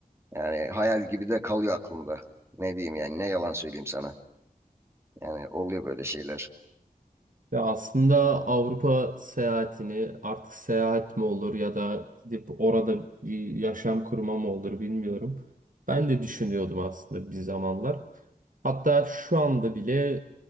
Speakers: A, on the right; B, on the right.
A: Yani hayal gibi de kalıyor aklımda. Ne diyeyim yani ne yalan söyleyeyim sana. Yani oluyor böyle şeyler.
B: Ya aslında Avrupa seyahatini artık seyahat mi olur ya da gidip orada bir yaşam kurma mı olur bilmiyorum. Ben de düşünüyordum aslında bir zamanlar. Hatta şu anda bile